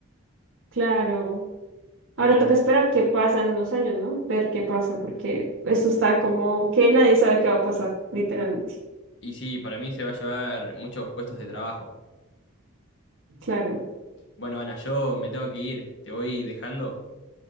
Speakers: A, on the right; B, on the left.
A: claro. Ahora
B: Bueno,
A: toca esperar qué pasa en unos años, ¿no? Ver qué pasa, porque eso está como que nadie sabe qué va a pasar, literalmente.
B: y sí, para mí se va a llevar muchos puestos de trabajo.
A: Claro.
B: Bueno, Ana, yo me tengo que ir, te voy dejando.